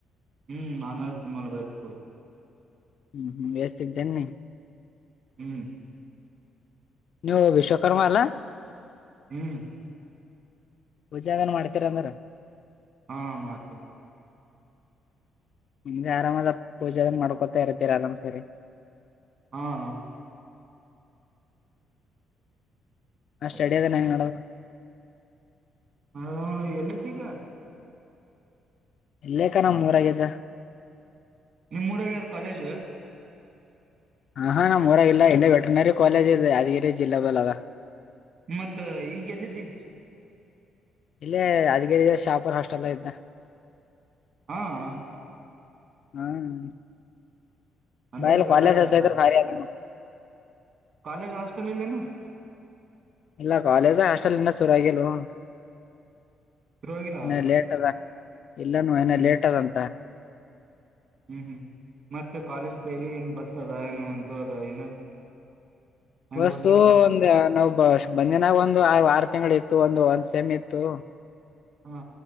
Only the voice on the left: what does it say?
ಹ್ಮ್ ಹ್ಮ್ <unintelligible> ವ್ಯಸ್ಥ ನ್
ನೀವು ವಿಶ್ವಕರ್ಮ ಅಲ್ಲ
ಪೂಜೆಗನ್ ಮಾಡ್ತೀರ ಅಂದ್ರ
ನಿಮ್ದೆ ಆರಾಮದ ಪೂಜೆ ಅನ್ ಮಾಡ್ಕೊತಾ ಇರ್ತೀರ ಆರಾಮ್ ಸರಿ
ಹಾ
ಸ್ಟಡಿ ಅದೇ ನ ನಡ
ಇಲ್ಲೇ ಕಣ ಮೂಊರಾಗಿದ್ದ
ಹಾ ಹಾ ನಮ್ಮ್ಊರಗ ಇಲ್ಲ ಎಂಡ ವೆಟರ್ನರಿ ಕಾಲೇಜ್ ಇದೆ ಯಾದಗಿರಿ ಜಿಲ್ಲೆ ಬಲ್ಲ ಅದ
ಇಲ್ಲೇ ಅದಗರಿ ಶಾಪರ್ ಹಾಸ್ಟೆಲ್ ಇದ್ದೆ
ಹ್ಮ <unintelligible> <unintelligible>
ಬಯಲ್
ಕಲ್ಸಸತ
ಹರಿ ಆಲ್ಲ
ಇಲ್ಲ ಕಾಲೇಜ ಹಾಸ್ಟೆಲ್ ಇಲ್ಲ ಶುರಗಿಲೊ
ಇನ ಲೇಟ್ ಅದ ಇಲ್ಲನು ನ
ಲೇಟ್
ಅದಂತ
ಬಸ್ಸು
ಒಂದ್ ನಾವು ಬ ಬನ್ನನಾಗ ಒಂದು ವಾರ್ ತಿಂಗಳ ಇತ್ತು ಒಂದು ಒಂದ್ ಸೆಮ್ ಇತ್ತು